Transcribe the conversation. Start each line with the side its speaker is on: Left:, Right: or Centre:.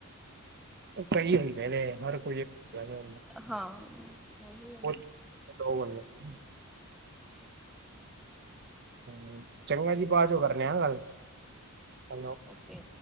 Right: ਕਈ ਹੁੰਦੇ ਨੇ ਹਰ ਕੇਈ ਇਕ ਜੇਆ ਨੀ ਹੁੰਦਾ,
Centre: ਹਾਂ ਉਹੀ ਹੈ ਨਾ
Right: ਕੋਈ ਦੋ ਬੰਦੇੇ। ਹੂੰ ਚੰਗਾ ਭਾਅਜੀ ਬਾਅਦ ਚੋਂ ਕਰਨੇ ਆ ਗੱਲ, ਹੈਲੋ।
Centre: ਤੇ